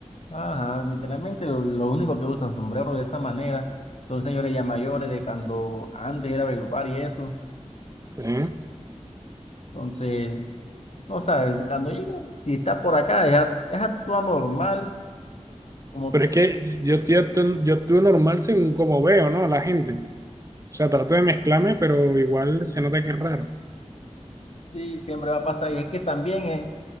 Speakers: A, on the left; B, on the right.
A: Ajá, literalmente lo, lo único que usan sombreros de esa manera son señores ya mayores de cuando antes era Valledupar y eso.
B: ¿sí?
A: Entonces, no sabes, cuando llegue, si está por acá, es, a- es actúa normal, como
B: Pero es que yo, estoy actu- yo actúo normal según como veo, ¿no? A la gente. O sea, trato de mezclarme, pero igual se nota que es raro.
A: sí, siempre va a pasar. Y es que también es